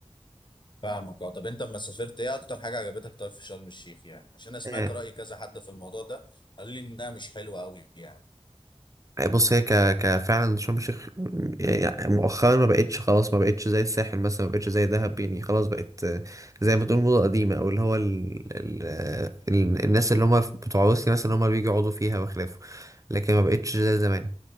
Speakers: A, on the left; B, on the right.
A: فاهمك اه طب انت لما سافرت ايه اكتر حاجه عجبتك طيب في شرم الشيخ يعني عشان انا سمعت
B: يعني
A: راي كذا حد في الموضوع ده قالوا لي انها مش حلوه قوي يعني
B: آه، بص هي ك... ك فعلا شرم الشيخ يعني مؤخرا ما بقتش خلاص ما بقتش زي الساحل مثلا ما بقتش زي دهب يعني خلاص بقت زي ما تقول موضة قديمة او اللي هو ال... ال... ال... الناس اللي هم بتوع روسيا مثلا هم اللي بيجوا يقعدوا فيها وخلافه لكن ما بقتش زي زمان